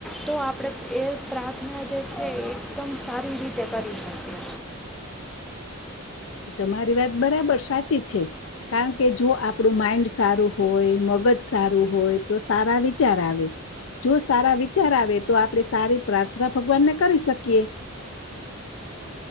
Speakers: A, in the centre; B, on the left.
A: તો આપણે એ પ્રાર્થના જે છે એકદમ સારી રીતે કરી શકીએ.
B: તમારી વાત બરાબર સાચી છે કારણ કે જો આપણું માઈન્ડ સારું હોય મગજ સારું હોય તો સારા વિચાર આવે જો સારા વિચાર આવે તો આપણે સારી પ્રાર્થના ભગવાનને કરી શકીએ.